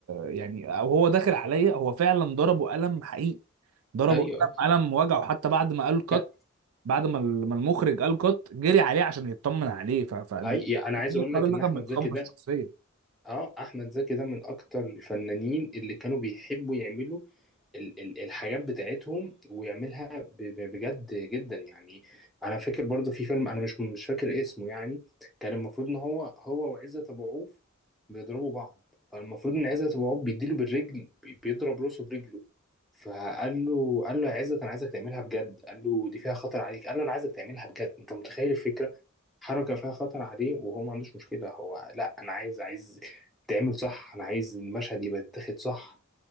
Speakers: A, on the right; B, in the centre.
A: يعني او هو داخل عليا هو فعلا ضربه قلم حقيقي ضربه
B: ايوه
A: قلم
B: أيوة.
A: قلم وجعه حتى بعد ما قال كات
B: لا،
A: بعد ما ال- ما المخرج قال كات جري عليه عشان يطمن عليه ف ف-
B: أي... انا عايز
A: الراجل
B: اقول لك ان
A: ده كان
B: احمد
A: بيتخمص
B: زكي ده
A: شخصيا
B: اه احمد زكي ده من اكتر الفنانين اللي كانوا بيحبوا يعملوا ال- ال- الحاجات بتاعتهم ويعملها ب- ب- بجد جدا يعني انا فاكر برضه في فيلم انا مش مش فاكر اسمه يعني كان المفروض ان هو هو وعزت ابو عوف بيضربوا بعض فالمفروض ان عزت ابو عوف بيديله بالرجل بي- بيضرب راسه برجله فقال له قال له يا عزت انا عايزك تعملها بجد قال له دي فيها خطر عليك قال له انا عايزك تعملها بجد انت متخيل الفكره حركه فيها خطر عليه وهو ما عندوش مشكله هو لا انا عايز عايز تعمل صح انا عايز المشهد يبقى يتاخد صح